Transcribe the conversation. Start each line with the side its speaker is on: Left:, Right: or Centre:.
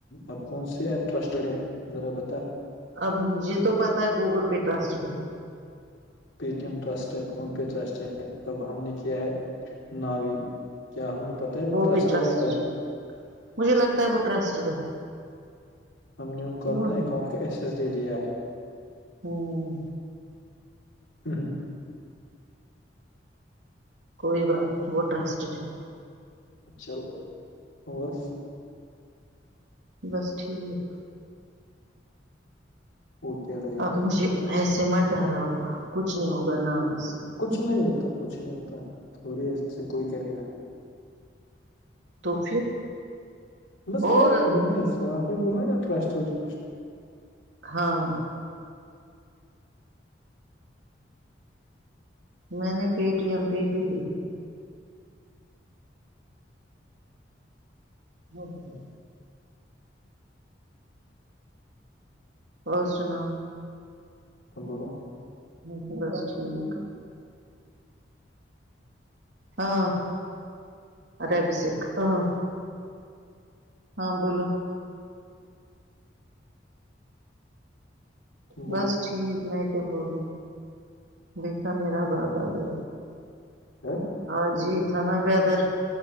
Left: اب کون سی ایپ ٹرسٹڈے ذرا بتا
Right: اب مجھے تو پتا ہے گوگل پہ رسٹڈ ہو
Left: پے ٹی ایم ٹرسٹ ہے فون پے ٹرسٹ ہے اب ہم نے کیا ہے ناوی کیا ہمیں پتا ہے وہ ٹسٹڈ
Right: بھی ٹرسٹڈ
Left: ایپ ہے
Right: مجھے لگتا ہے وہ رسٹڈ ہے
Left: ہم نے ان کو
Right: کیوں
Left: اپنے
Right: نہیں؟
Left: اکاؤنٹ کا ایسس دے دیا ہے
Right: ہوں
Left: ہوں ہوں <unintelligible>
Right: کوئی بات نہیں وہ ٹرسٹڈ ہے
Left: چل اور
Right: بس ٹھیک
Left: اوک رہ
Right: اب مجھے ایسے مت ڈر رہا ہو کچھ نہیں ہوگا نا بھی سے
Left: کچھ نہیں ہوتا کچھ نہیں ہوتا تھوڑی ایسے کوئی کرے گا
Right: تو پھر
Left: بس
Right: اور
Left: نہیں میں آپ نے بولا نا ٹرسٹ ٹرسٹ
Right: ہاں <unintelligible> میں نے پے ٹی ایم پہ ہی دیکھا ہاں ہ ہاں اور سناؤ
Left: تم بولو
Right: ہ بس ٹھیک ہاں ابھیشیک ہاں ہاں بولو
Left: تم بولو
Right: بس ٹھیک میں کیا بولوں دیکھا میرا باپ آ گیا
Left: خیر
Right: ہاں جی تھا نا ویدر